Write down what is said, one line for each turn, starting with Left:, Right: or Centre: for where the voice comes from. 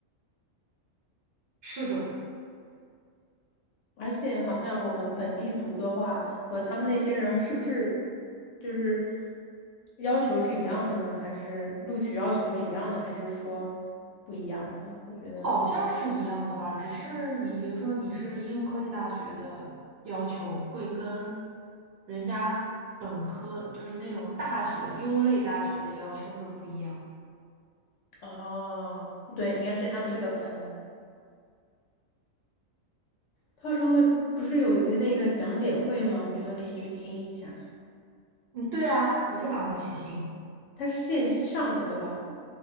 Right: 是的。
Left: 而且好像我们本地读的话，和他们那些人是不是就是要求是一样的呢？还是录取要求是一样的？还是说不一样的？我觉得，
Right: 好像是一样的吧，只是你比如说你是应用科技大学的要求，会跟人家本科就是那种大学优类大学的要求会不一样。
Left: 哦，对，应该是按这个分的。到时候不是有一个那个讲解会吗？我觉得可以去听一下，
Right: 嗯，对啊，我就打算去听。
Left: 它是线上的，对吧？